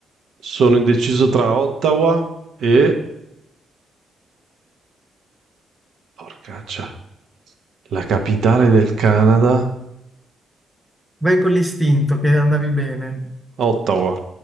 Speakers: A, on the right; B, in the centre.
A: sono indeciso tra Ottawa e... Porcaccia, la capitale del Canada,
B: vai con l'istinto che andavi bene.
A: Ottawa.